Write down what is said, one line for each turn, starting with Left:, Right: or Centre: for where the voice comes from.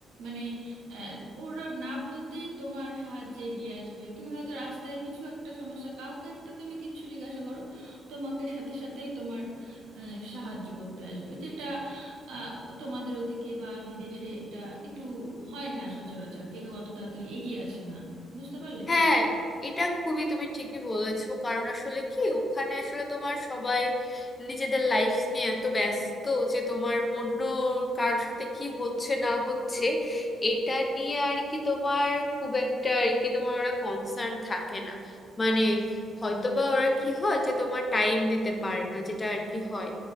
Right: মানে আহ, ওরা না বলতেই তোমার সাহায্যে এগিয়ে আসবে তুমি হয়তো রাস্তায় কিছু একটা সমস্যা কাউকে একটা তুমি কিচ্ছু জিজ্ঞাসা করো তোমাকে সাথে সাথেই তোমার আহ, সাহায্য করতে আসবে যেটা আহ, তোমাদের ওদিকে বা বিদেশে এটা একটু হয় না সচরাচর কেউ অত তাড়াতাড়ি এগিয়ে আসে না বুঝতে পারলে
Left: হ্যাঁ এটা খুবই তুমি ঠিকই বলেছো কারণ আসলে কি ওখানে আসলে তোমার সবাই নিজেদের লাইফ নিয়ে এত ব্যস্ত যে তোমার অন্য কারোর সাথে কি হচ্ছে না হচ্ছে এটা নিয়ে আর কি তোমার খুব একটা আর কি তোমার ওরা কনসার্ন থাকে না মানে হয়তোবা ওরা কি হয় যে তোমার টাইম দিতে পারে না যেটা আর কি হয়